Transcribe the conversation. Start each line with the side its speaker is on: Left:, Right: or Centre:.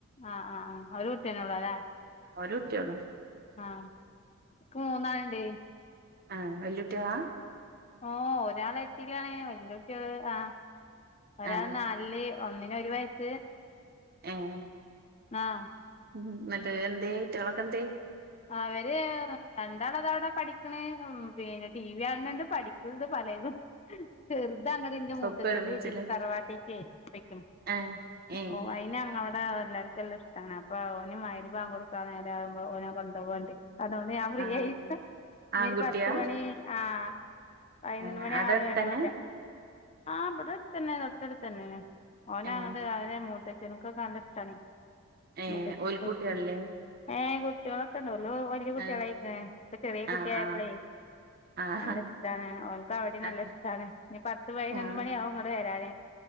Left: ആഹ് ആഹ് ആഹ് അവരുട്ടി എന്നെ ഒള്ളല്ലേ
Right: ഒരുട്ടിയാെള്ളു
Left: ആ ഇക്ക് മൂന്നാള്ണ്ടേ
Right: ആഹ് വെല്ലൂട്ട്യോളാ
Left: ഓ ഒരാള് എട്ടിലാണ് വല്യ കുട്ട്യേള് ആഹ് ഒരാള്
Right: ആ
Left: നാൽല് ഒന്നിന് ഒര് വയസ്സ്
Right: എങ്ങ്
Left: നാം
Right: ഉം മറ്റോര് എന്തേ റ്റങ്ങളെക്കെ എന്തേ
Left: അവര് രണ്ടാളതാ അവ്ടെ പഠിക്ക്ണ് ഉം പിന്നെ ടി വി യാണ് ണ്ട് പഠിക്ക്ണ്ട് പലേതും <unintelligible> ചെറ്ത് അങ്ങട് ഇന്റെ മൂത്തച്ഛന്റെ
Right: ഒക്കെ ഒരുമിച്ചില്ലേ
Left: വീട്ടീക്ക് തറവാട്ടീക്ക് പൈക്ക്ണ്
Right: ഏഹ് ഏഹ്
Left: ഓ ഐന് അങ്ങവടെ വെല്ലാർ കെല്ല ഇഷ്ടാണ് അപ്പൊ ഓന് മഗ്‌രിബ് വാങ്കാെട്ക്കാ നേരാവുമ്പാെ ഓനെ കൊണ്ടാേവും അണ്ട് അതാേണ്ട് ഞാംഫ്രീയായിരിക്ക
Right: ആഹ്
Left: ഇഞ്ഞാെര്പത്ത്മണി
Right: ആൺകുട്ടിയാ
Left: ആഹ് പയ്നൊന്ന്
Right: ഏഹ്
Left: മണിയാവും
Right: അവിടെ അടുത്തന്നെ
Left: ഐന കൊൻരാൻ ആഹ് ഇപടെ അട്തന്നെ തൊട്ടട്ത്തെന്നേണ് ഓനെ
Right: ഏഹ്
Left: അങ്ങട് അവനെ മൂത്തച്ചൻകാെക്കെ നല്ല ഇഷ്ടാണേ
Right: ഏഹ്
Left: മൂത്തച്ചിക്കൊക്കേയ്
Right: ഓൽക്ക് കുട്ടികളില്ലേ
Left: ഏഹ് കുട്ട്യോളെക്കെ ഉണ്ടള്ളു വല്യ കുട്ട്യേളയ്ക്ക്ണ്
Right: ഏഹ്
Left: ഇപ്പ ചെറിയ കുട്ടിയായപ്പളേ
Right: ആഹ് ആഹ് ആഹ്
Left: നല്ല ഇഷ്ടാണ് ഓൽക്ക് അവടീം നല്ല
Right: ആഹ്
Left: ഇഷ്ടാണ് ഇനി പത്ത് പൈനൊന്ന്
Right: ആഹ്
Left: മണിയാവും ഇങ്ങട് വെരാന്